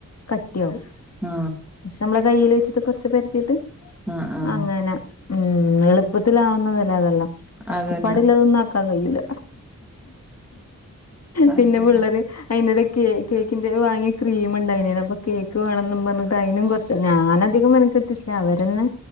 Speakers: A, on the left; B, in the centre.
A: കട്ടിയാവും
B: ആ
A: പക്ഷെ നമ്മളെ കയ്യിൽ വെച്ചിട്ട് കൊർച്ച് പര്‌ത്തീട്ട്,
B: ആ ആ
A: അങ്ങനെ ഉം എളുപ്പത്തിലാവുന്നതല്ലേ അതെല്ലാം.
B: അതെ.
A: <unintelligible> ന്നും ആക്കാൻ കയ്യൂല.
B: അങ്ങനെ
A: പിന്നെ പിള്ളേര് അയ്ന്റെടെക്ക് കേക്കിന്റെ വാങ്ങിയ ക്രീം ഉണ്ടയ്ന പ്പൊ കേക്ക് വേണണംന്ന് പറഞ്ഞിട്ട്, അയ്നും കൊർച്ച് ഞാനധികം മെന <unintelligible> അവരന്നെ